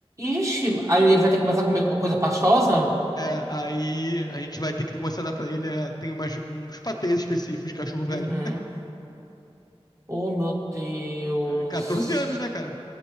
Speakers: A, on the right (about 30°); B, on the left (about 40°).
A: Ixi, aí ele vai ter que começar a comer alguma coisa pastosa?
B: É, aí a gente vai ter que começar a dar pra ele. é, tem umas, uns patês específicos de cachorro velho.
A: Uhum. Oh, meu Deus.
B: É, 14 anos, né, cara?